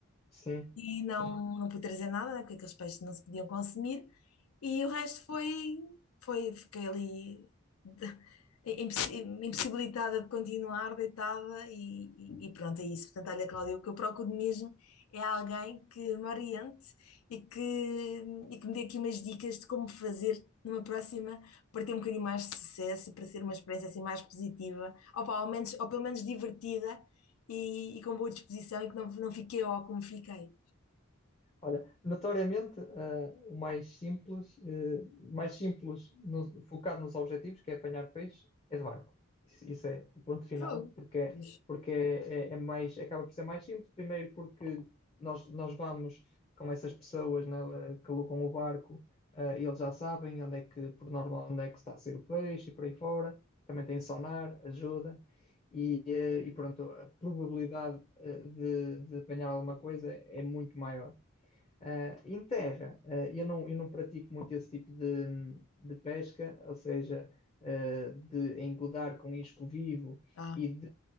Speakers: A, on the left; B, on the left.
A: Sim,
B: e não,
A: sim.
B: não pude trazer nada, né, porque aqueles peixes não se podiam consumir, e o resto foi, foi, fiquei ali <laughs> de- impossi- impossibilitada de continuar, deitada, e, e- e pronto, é isso. Portanto, olha, Cláudia, o que eu procuro mesmo é alguém que me oriente e que, e que me dê aqui umas dicas de como fazer numa próxima para ter um bocadinho mais de sucesso e para ser uma experiência assim mais positiva, ou, pá, ao menos, ou pelo menos divertida e, e com boa disposição e que não, não fiquei ó como fiquei.
A: Olha, notoriamente, eh, o mais simples, eh, mais simples no- focado nos objetivos, que é apanhar peixe, é de barco. Isso, isso é ponto final,
B: Fogo.
A: porque, é-
B: Pois.
A: porque é, é- é mais, acaba por ser mais simples. Primeiro porque nós, nós vamos com essas pessoas, né, eh, que alugam o barco, eh, e eles já sabem onde é que, por norma onde é que está a ser o peixe e por aí fora. Também tem sonar, ajuda. E, eh, e pronto, a probabilidade eh, de, de apanhar alguma coisa é muito maior. Ah, em terra, ah, eu não, eu não pratico muito esse tipo de, de pesca, ou seja, ah, de engodar com isco vivo
B: Ah.
A: e, de,